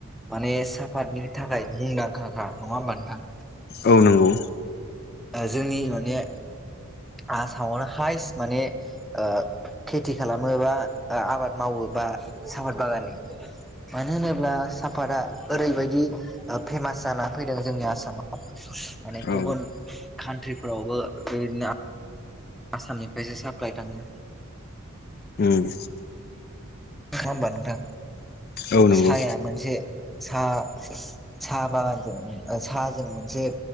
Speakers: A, in the centre; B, on the left.
A: माने साफातनि थाखाय मुंदांखाखा नङा होमबा नोंथां
B: औ नंगौ
A: जोंनि माने आसामावनो हायस माने ओ खेथि खालामो बा ओ आबाद मावो बा साफाद बागाननि मानो होनोब्ला सापादा ओरैबायदि फेमास जानानै फैदों जोंनि आसामाव माने
B: औ
A: गुबुन कान्ट्रिफोरावबो बेनो आसामनिफ्रायसो साप्लाइ थाङो
B: उम
A: नङ होमबा नोंथां
B: औ नंगौ
A: साया मोनसे साहा साहा बागानजों साहाजों मोनसे